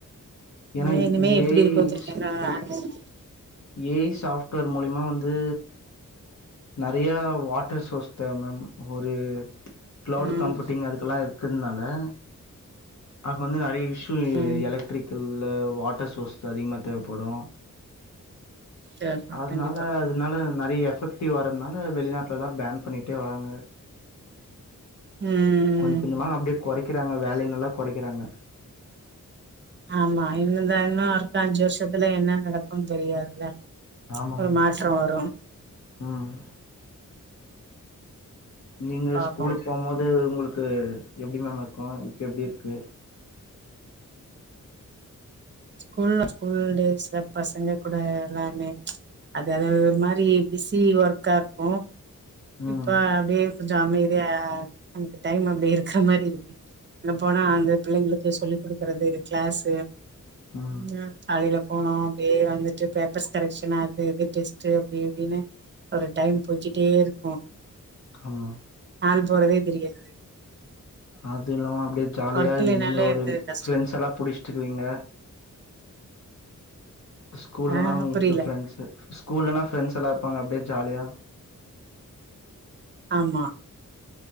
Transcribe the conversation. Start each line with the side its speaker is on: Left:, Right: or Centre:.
Left: ஏன்னா
Right: மே இனிமே எப்பிடி
Left: ஏ ஐ
Right: இருக்கு சொல்லி <unintelligible>
Left: ஏ ஈ சாஃப் ட்வர் மூழிமா வந்து நெறைய வாட்டர் சோர்ஸ் தேவ மேம் ஒரு கிளவுட்
Right: ம்
Left: கம்ப்யூட்டிங் அதுக்கல்லா இருக் க்குனால அங்வந் நெறைய இஸ் ஷூ இங்க
Right: ம்
Left: எலக்ட்ரிக்கல வாட்டர் சோர்ஸ்த அதிகமா தேவப்படு
Right: சரிப்பா
Left: அதனால
Right: கண்டிப்பா
Left: அதனால நெறைய எஃபெக்ட் ட்டி வாரதனால வெளிநாட்டுல எல்லா பேன் பண்ணிட்டே வராங்க
Right: ம்
Left: கொஞ்சோ கொஞ்சமா அப்பிடியே கொறைக்கிறாங்க வேலய நல்லா கொறைகிறாங்க
Right: ஆமா இந்த இந்த இன்னு ஒர்க் அஞ்சு வருஷத்துல என்ன நடக்கும்னு தெரியாதுல
Left: ஆமா
Right: ஒரு
Left: மேம்
Right: மாற்றோ வரோ
Left: ம் நீங்க
Right: பாப்போ
Left: ஸ்கூலுக்கு போமோது உங்களுக்கு எப்பிடி மேம் இருக்கோ இப்ப எப்பிடி இருக் க்க
Right: ஸ்கூல ஸ்கூல்டேஸ்ல பசங்க கூட எல்லாமே அது ஒரு மாரி பிஸி ஒர்க்கா இருக்கோ
Left: ம்
Right: இப்ப அப்பிடியே கொஞ்சோ அமைதியா நமக்கு டைம் அப்பிடி இருக்கற மாரி இருக்கு அங்க போனா அந்த பிள்ளைங்களுக்கு சொல்லி் குடுக்குறது கிளாஸ்
Left: ம்
Right: நா காலையில போனோ அப்பிடியே வந்துட்டு பேப்பர்ஸ் கரெக்ஷன் அது இது டெஸ்ட் அப்பிடி இப்பிடின்னு ஒரு டைம் போயிக்கிட்டே இருக் போ
Left: கண்ணா
Right: டைம் போறதே தெரியாது
Left: அது இல்லாம அப்டியே ஜாலியா
Right: ஒர்க் இல்லனாலே
Left: நீங்க ஒரு
Right: அந்த கஷ்டோ
Left: ஃப்ரெண்ட்ஸல்லா புடிச்சிட்ருக்கறீங்க ஸ்கூல்லனா
Right: ஆ
Left: உங்களுக்கு
Right: புரில
Left: ஃப்ரண்ட்ஸு ஸ்கூல்லனா ஃப்ரெண்ட்ஸல்லா இருப்பாங்க அப்டியே ஜாலியா
Right: ஆமா